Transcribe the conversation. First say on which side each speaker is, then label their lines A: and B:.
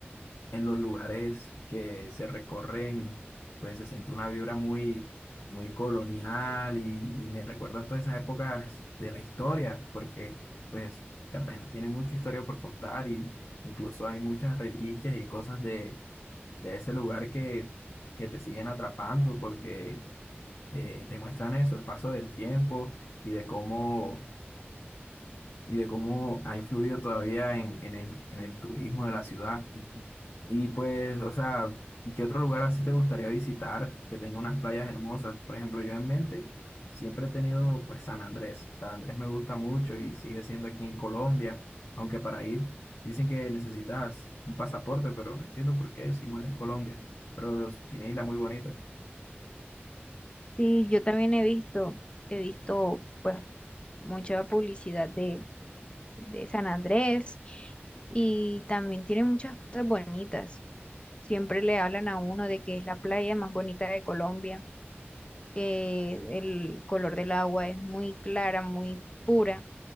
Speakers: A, on the left; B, on the left.
A: en los lugares que se recorren, pues se siente una vibra muy, muy colonial y, y me recuerdan todas esas épocas de la historia, porque pues Cartagena tiene mucha historia por contar y incluso hay muchas reliquias y cosas de, de ese lugar que, que te siguen atrapando porque eh, demuestran eso, el paso del tiempo y de cómo y de cómo ha influido todavía en, en el, en el turismo de la ciudad. Y pues, o sea, ¿qué otro lugar así te gustaría visitar que tenga unas playas hermosas? Por ejemplo, yo en mente siempre he tenido pues San Andrés. San Andrés me gusta mucho y sigue siendo aquí en Colombia, aunque para ir dicen que necesitas un pasaporte, pero no entiendo por qué es, igual es Colombia, pero tiene isla muy bonita.
B: Sí, yo también he visto, he visto pues mucha publicidad de, de San Andrés y también tiene muchas cosas bonitas. Siempre le hablan a uno de que es la playa más bonita de Colombia, que el color del agua es muy clara, muy pura